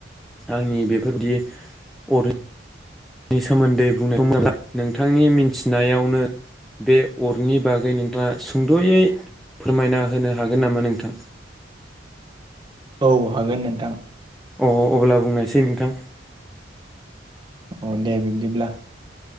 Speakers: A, in the centre; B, on the right.
A: आंनि बेफोरबायदि अर नि सोमोन्दै <unintelligible> नोंथांनि मिथिनायावनो बे अरनि बागै नोंथाङा सुंदयै फोरमायना होनो हागोन नामा नोंथां
B: औ हागोन नोंथां
A: अ अब्ला बुंनोसै नोंथां
B: अ दे बिब्दिब्ला